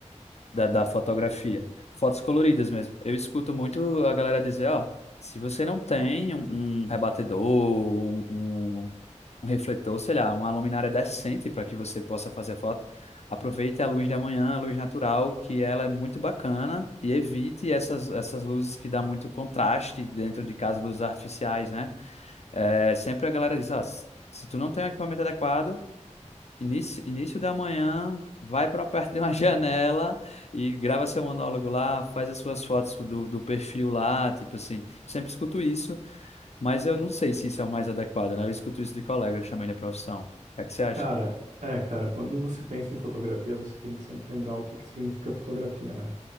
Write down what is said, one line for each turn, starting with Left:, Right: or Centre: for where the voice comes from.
Left: da, da fotografia. Fotos coloridas mesmo. Eu escuto muito a galera dizer, ó, se você não tem um, um rebatedor, um, um- um refletor, sei lá, uma luminária decente para que você possa fazer foto, aproveite a luz da manhã, a luz natural, que ela é muito bacana e evite essas, essas luzes que dá muito contraste dentro de casa, luzes artificiais, né? É, sempre a galera diz, ó, se tu não tem um equipamento adequado, Início, início da manhã, vai para perto de uma <laughs> janela e grava seu monólogo lá, faz as suas fotos do, do perfil lá, tipo assim. Sempre escuto isso, mas eu não sei se isso é o mais adequado, né? Eu escuto isso de colegas também da profissão. O que é que você acha?
Right: Cara, é, cara, quando você pensa em fotografia, você tem que sempre lembrar o que que significa fotografia, né?